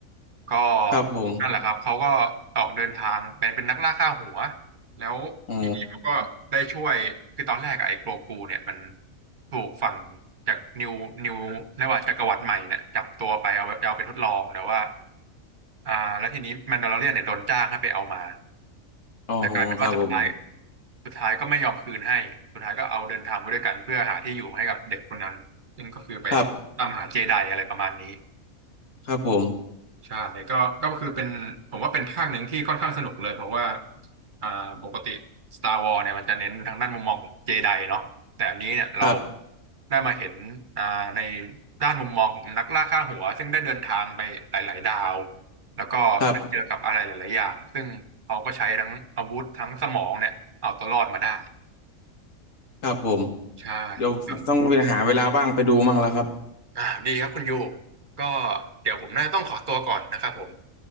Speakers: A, on the right (about 40°); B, on the left (about 70°).
A: ก็
B: ครับผม
A: นั่นแหละครับเขาก็ออกเดินทางเป็นเป็นนักล่าค่าหัวแล้วทีนี้เขาก็ได้ช่วยคือตอนแรกอะไอ้โกรกูเนี่ยมัน
B: อ๋อ
A: ถูกฝั่งจากนิวนิวเรียกว่าจักรวรรดิใหม่เนี่ยจับตัวไปเอาเอาไปทดลองแต่ว่าอ่าแล้วทีนี้แมนดาลอเรียนเนี่ยโดนจ้างให้ไปเอามา
B: อ๋อครับผม
A: แต่กลายเป็นว่าสุดท้ายสุดท้ายก็ไม่ยอมคืนให้สุดท้ายก็เอาเดินทางไปด้วยกันเพื่อหาที่อยู่ให้กับเด็กคนนั้นซึ่งก็คือไปตามหาเจไดอะไรประมาณนี้
B: ครับครับผม
A: ใช่ก็ก็คือเป็นผมว่าเป็นภาคหนึ่งที่ค่อนข้างสนุกเลยเพราะว่าอ่าปกติ Star Wars เนี่ยมันจะเน้นทางด้านมุมมองของเจไดเนาะแต่อันนี้เนี่ยเรา
B: ครับ
A: ได้มาเห็นอ่าในด้านมุมมองของนักล่าค่าหัวซึ่งได้เดินทางไปหลายๆดาวแล้วก็ได้เจอกับอะไรหลายๆอย่างซึ่งเขาก็ใช้ทั้งอาวุธทั้งสมองเนี่ยเอาตัวรอดมาได้
B: ครับครับผม
A: ใช่
B: เดี๋ยวต้องไปหาเวลาว่างไปดูมั่งแล้วครับ
A: ครับอ่าดีครับคุณยูก็เดี๋ยวผมน่าจะต้องขอตัวก่อนนะครับผม